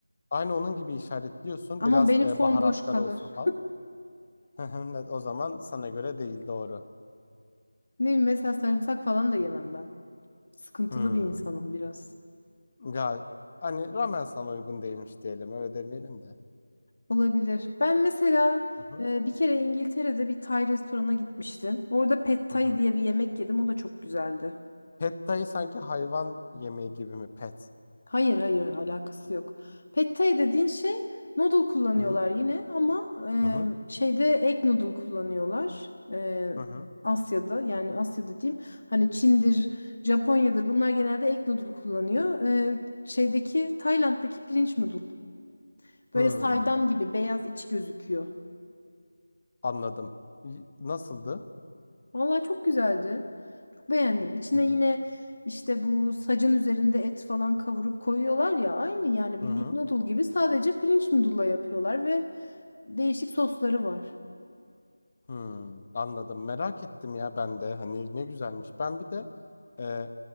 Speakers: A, on the left; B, on the left.
A: Aynı onun gibi işaretliyorsun.
B: Ama
A: Biraz
B: benim
A: e,
B: form
A: baharatlar
B: boş kalır.
A: olsun falan. <laughs> O zaman sana göre değil doğru.
B: Ne bileyim, mesela sarımsak falan da yemem ben. Sıkıntılı
A: Hmm.
B: bir insanım biraz.
A: Ya hani ramen sana uygun değilmiş diyelim. Öyle demeyelim de.
B: Olabilir. Ben mesela
A: Hı hı.
B: e, bir kere İngiltere'de bir Tay restorana gitmiştim. Orada Pad Thai
A: Hı hı.
B: diye bir yemek yedim. O da çok güzeldi.
A: Pad thai sanki hayvan yemeği gibi mi? Pet.
B: Hayır hayır alakası yok. Pad Thai dediğin şey noodle kullanıyorlar
A: Hı hı.
B: yine ama e,
A: Hı hı.
B: şeyde egg noodle kullanıyorlar. E,
A: Hı hı.
B: Asya'da yani Asya dediğim hani Çin'dir, Japonya'dır bunlar genelde egg noodle kullanıyor. E, şeydeki Tayland'daki pirinç noodle. Böyle
A: Hmm.
B: saydam gibi beyaz içi gözüküyor.
A: Anladım. Y- Nasıldı?
B: Vallahi çok güzeldi. Çok beğendim. İçine
A: Hı hı.
B: yine işte bu sacın üzerinde et falan kavurup koyuyorlar ya aynı yani
A: Hı
B: bildiğin
A: hı.
B: noodle gibi sadece pirinç noodle'la yapıyorlar ve değişik sosları var.
A: Hmm, anladım. Merak ettim ya ben de. Hani ne güzelmiş. Ben bir de e, A-